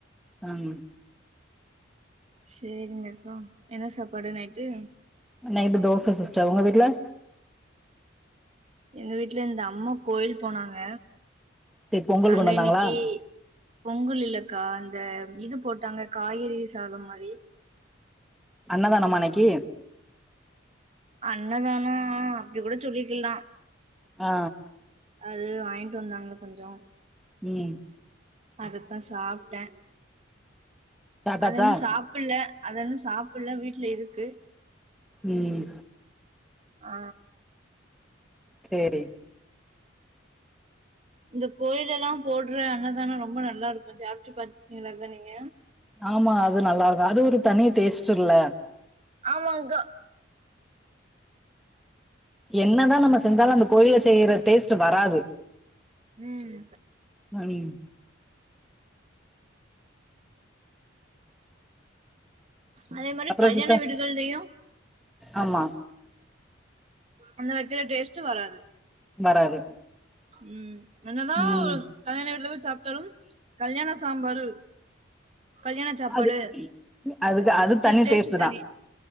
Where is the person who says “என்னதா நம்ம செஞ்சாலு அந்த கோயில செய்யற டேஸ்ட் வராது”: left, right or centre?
Centre